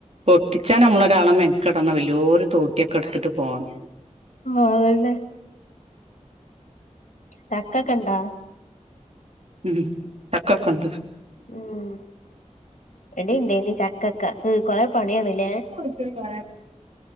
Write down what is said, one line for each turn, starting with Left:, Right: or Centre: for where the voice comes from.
Right: പൊട്ടിച്ചാനമ്മളൊരാള് മെൻക്കെടണം വല്യോര് തോട്ട്യൊക്കെട്ത്ത്ട്ട് പോണം
Left: ആഹ് അതന്നെ ചക്കക്കെണ്ടാ
Right: ഉം ചക്കാെക്കെണ്ട്
Left: ഉം വ്‌ടിം ണ്ടായ്നി ചക്കാെക്കെ കൊറേ പണ്യാണ്ലേ
Right: <unintelligible>